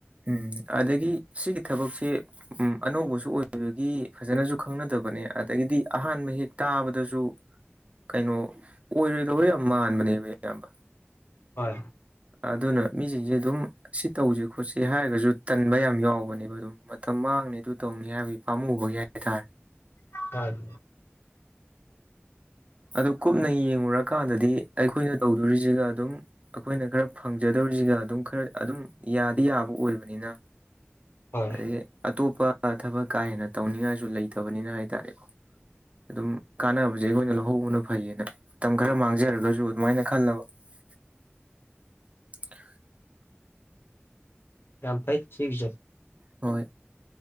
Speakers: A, on the right; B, on the left.
A: ꯎꯝ ꯑꯗꯒꯤ ꯁꯤꯒꯤ ꯊꯕꯛꯁꯦ ꯎꯝ ꯑꯅꯧꯕꯁꯨ ꯑꯣꯏꯕꯒꯤ ꯐꯖꯅꯁꯨ ꯈꯪꯅꯗꯕꯅꯦ ꯑꯗꯒꯤꯗꯤ ꯑꯍꯥꯟꯕ ꯍꯦꯛ ꯇꯥꯕꯗꯁꯨ ꯀꯩꯅꯣ ꯑꯣꯏꯔꯣꯏꯗꯕ ꯌꯥꯝ ꯃꯥꯟꯕꯅꯦꯕ ꯏꯌꯥꯝꯕ
B: ꯍꯣꯏ
A: ꯑꯗꯨꯅ ꯃꯤꯁꯤꯡꯁꯦ ꯑꯗꯨꯝ ꯁꯤ ꯇꯧꯁꯦ ꯈꯣꯠꯁꯦ ꯍꯥꯏꯔꯒꯁꯨ ꯇꯟꯕ ꯌꯥꯝ ꯌꯥꯎꯕꯅꯦꯕ ꯑꯗꯨꯝ ꯃꯇꯝ ꯃꯥꯡ ꯅꯪꯅ ꯑꯗꯨ ꯇꯧꯅꯤ ꯍꯥꯏꯕꯒꯤ ꯄꯥꯝꯃꯨꯕꯒꯤ ꯍꯥꯏꯇꯥꯔꯦ
B: <unintelligible>
A: ꯑꯗꯨꯛ ꯀꯨꯞꯅ ꯌꯦꯡꯂꯡꯉꯨꯔꯀꯥꯟꯗꯗꯤ ꯑꯩꯈꯣꯏꯅ ꯇꯧꯗꯣꯔꯤꯁꯤꯒ ꯑꯗꯨꯝ ꯑꯩꯈꯣꯏꯅ ꯈꯔ ꯐꯪꯖꯗꯧ ꯁꯤꯒ ꯑꯗꯨꯝ ꯈꯔ ꯑꯗꯨꯝ ꯌꯥꯗꯤ ꯌꯥꯕ ꯑꯣꯏꯕꯅꯤꯅ
B: ꯍꯣꯏ
A: ꯑꯗꯒꯤ ꯑꯇꯣꯞ ꯄ ꯊꯕꯛ ꯀꯥ ꯍꯦꯟꯅ ꯇꯧꯅꯤꯡꯉꯥꯏꯁꯨ ꯂꯩꯇꯕꯅꯤꯅ ꯍꯥꯏ ꯇꯥꯔꯦꯀꯣ ꯑꯗꯨꯝ ꯀꯥꯟꯅꯕꯁꯦ ꯑꯩꯈꯣꯏꯅ ꯂꯧ ꯂꯧꯍꯧꯕꯅ ꯐꯩꯌꯦꯅ ꯃꯇꯝ ꯈꯔ ꯃꯥꯡꯖꯔꯒꯁꯨ ꯑꯗꯨꯃꯥꯏꯅ ꯈꯜꯂꯕ <unintelligible>
B: ꯌꯥꯝ ꯐꯥꯏ ꯁꯤꯒꯤꯁꯨ
A: ꯍꯣꯏ